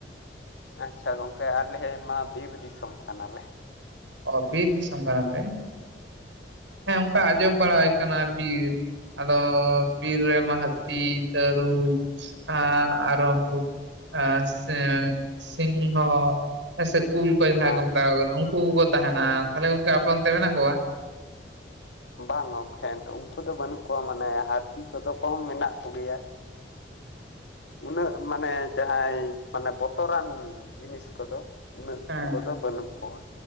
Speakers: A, on the left (about 75°); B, on the right (about 85°).
A: ᱟᱪᱪᱷᱟ ᱜᱚᱝᱠᱮ ᱟᱞᱮ ᱢᱟ ᱵᱤᱨ ᱫᱤᱥᱚᱢ ᱠᱟᱱᱟᱞᱮ᱾
B: ᱚ ᱵᱤᱨ ᱫᱤᱥᱚᱢ ᱠᱟᱱᱟ ᱯᱮ ᱦᱮᱸ ᱚᱱᱠᱟ ᱟᱡᱚᱢ ᱵᱟᱲᱟ ᱦᱩᱭ ᱠᱟᱱᱟ ᱵᱤᱨ ᱟᱫᱚ ᱵᱤᱨ ᱨᱮᱢᱟ ᱦᱟᱹᱛᱤ, ᱛᱟᱹᱨᱩᱪ ᱟᱨ ᱟᱨᱚ ᱩᱱᱠᱩ ᱟᱨ ᱥᱮᱸ ᱥᱤᱝᱦᱚ ᱥᱮ ᱠᱩᱞ ᱠᱚ ᱡᱟᱦᱟᱸᱭ
A: ᱦᱮᱸ
B: ᱠᱚ ᱢᱮᱛᱟ ᱠᱚ ᱠᱟᱱᱟ ᱩᱱᱠᱩ ᱠᱚᱼᱼ ᱛᱟᱦᱮᱱᱟ ᱛᱟᱦᱞᱮ ᱜᱚᱢᱠᱮ ᱟᱯᱮ ᱚᱱᱛᱮ ᱢᱮᱱᱟᱜ ᱠᱚᱣᱟ?
A: ᱵᱟᱝ ᱜᱚᱢᱠᱷᱮ ᱱᱤᱛᱳᱜ ᱩᱱᱠᱩ ᱫᱚ ᱵᱟᱹᱱᱩᱜ ᱠᱚᱣᱟ ᱢᱟᱱᱮ ᱦᱟᱹᱛᱤ ᱠᱚᱫᱚ ᱠᱚ ᱢᱮᱱᱟᱜ ᱠᱚᱜᱮᱭᱟ᱾ ᱩᱱᱟᱹᱜ ᱢᱟᱱᱮ ᱡᱟᱦᱟᱸᱭ ᱢᱟᱱᱮ ᱵᱚᱛᱚᱨᱟᱱ ᱡᱤᱱᱤᱥ ᱠᱚᱫᱚᱼᱼ ᱩᱱᱟᱹᱜ
B: ᱦᱮᱸ
A: ᱠᱚᱫᱚ ᱵᱟᱹᱱᱩᱜ ᱠᱚᱣᱟ᱾